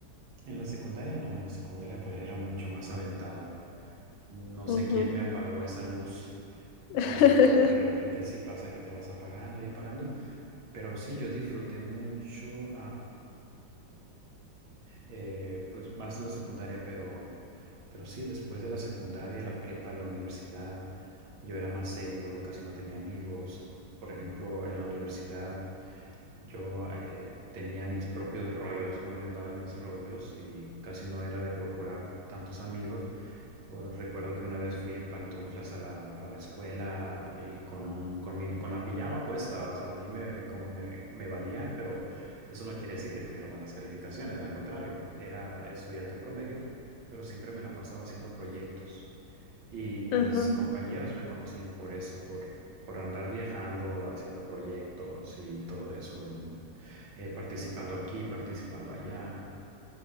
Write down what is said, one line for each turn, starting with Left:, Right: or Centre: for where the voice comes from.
Right: En la secundaria no, en la secundaria pues era mucho más aventado. No sé
Left: Ujú.
Right: quién me apagó esa luz,
Left: <laughs>
Right: pero de repente sí pasa que te vas apagando y apagando. Pero sí, yo disfruté mucho, eh, pues más de la secundaria, pero, pero sí, después de la secundaria, la prepa, la universidad, yo era más serio, casi no tenía amigos. Por ejemplo, en la universidad yo eh, tenía mis propios rollos, ¿no? Yo andaba en mis rollos y casi no era de procurar tantos amigos. O recuerdo que una vez fui en pantuflas a la, a la escuela y con un, con mi- con la pijama puesta. O sea, a mí me, como me, me valía, pero eso no quiere decir que tuviera malas calificaciones. Al contrario, era estudiante promedio, pero siempre me la pasaba haciendo proyectos. Y mis
Left: Ajá,
Right: compañeros me conocían por eso, por, por andar viajando, haciendo proyectos y todo eso, mm, eh, participando aquí, participando allá.